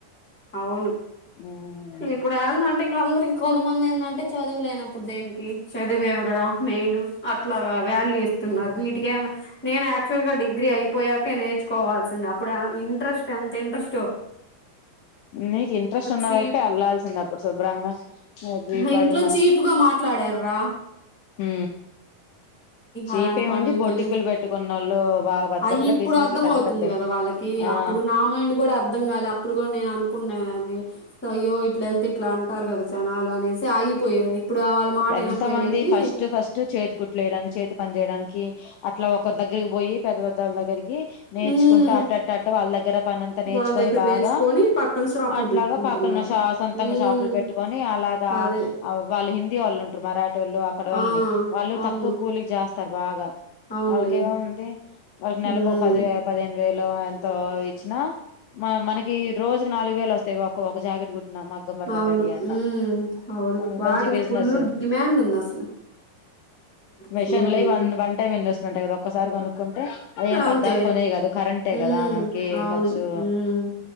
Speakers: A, in the centre; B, on the left.
A: అవును
B: ఉమ్
A: ఇప్పుడు ఏందంటే ఇంకందరికి కొంతమంది ఏందంటే చదువు లేనప్పుడు దేనికి చదువేవు కదా మెయిన్ అట్ల వాల్యూ ఇస్త న్నారు వీటికే నేను యాక్చువల్ గా డిగ్రీ అయి పోయాకే నేర్చుకోవాల్సింది అప్పుడు ఇంట్రెస్ట్ ఎంత ఇంట్రెస్టో
B: నీకు ఇంట్రెస్ట్ ఉన్నదైతె
A: చీప్
B: వెళ్లాల్సింది అప్పుడు శుభ్రంగా దీపాటికి
A: ఇంట్లో చీపుగా మాట్లాడార్ రా
B: హు చీపేముంది
A: అలాంటి పనులకెళ్ళి
B: బొటికులు పెట్టుకున్న వాళ్ళు బాగ బతకట్ల
A: అయి ఇప్పుడు
B: బిజినెస్లు
A: అర్థం
B: పెద్ద
A: అవుతుంది
B: పెద్ద
A: కదా వాళ్ళకి
B: ఆ
A: అప్పుడు నా మైండ్ కూడ అర్థం కాల ఇప్పుడు కూడ నేను అనుకునేదాన్ని అయ్యో ఇట్ల వెళ్తే ఇట్ల అ అంటారు కదా జనాలు అనేసి ఆగిపోయేది ఇప్పుడు వాళ్ళ మాట
B: ఎంత
A: వినపోయేలేకి
B: మంది ఫస్ట్ ఫస్ట్ చేతి కుట్లుయడానికి చేతి పని చేేయడానికి అట్ల ఒకరి దగ్గరికి పోయి పెద్ద పెద్దళ్ళ దగ్గరికి నేర్చుకుంట
A: మ్మ్
B: అట్ట వాళ్ళ దగ్గర పని అంత నేర్చుకొని
A: వాళ్ళ దగ్గర
B: బాగ
A: నేర్చుకొని పక్కన షాపులు
B: అట్లాగ
A: పెట్టుకుంటున్నారు
B: పక్కన షా సొంతంగా
A: మ్మ్
B: షాపులు పెట్టుకొని అలాగ
A: అదే
B: వాళ్ళు హిందీ వాళ్ళ ు ఉంటారు మరాఠ వాళ్ళు అక్కడ వాళ్ళని
A: ఆ
B: వాళ్ళు
A: అవును
B: తక్కువ కూలికి చేస్తారు బాగ
A: అవునులే
B: వాళ్ళకిే ముంది వాళ్ళకి
A: మ్మ్
B: నెలకు ఒక పది పదిహేను వేలు ఎంతో ఇచ్చిన మనకి రోజుకి నాలుగు వేలు వస్తాయి ఒ ఒక జాకెట్ కుట్ మగ్గం వర్క్
A: అవును
B: అట్టాంటివి అన్నా
A: మ్మ్ అవును
B: మన
A: వాటికి
B: మంచి బిజినెస్
A: ఫుల్ డిమాండ్ ఉంది అసలు
B: మెషన్ల
A: ఫుల్ demand
B: one one time investment ఆ ఒక్కసారి కొనుక్కుంటే అవి ఏం
A: అంతే
B: పద్దాక్ కొనేవి కాదు కరెంటే
A: హ్మ్.
B: కదా మనకి
A: అవును.
B: ఖర్చు
A: హ్మ్.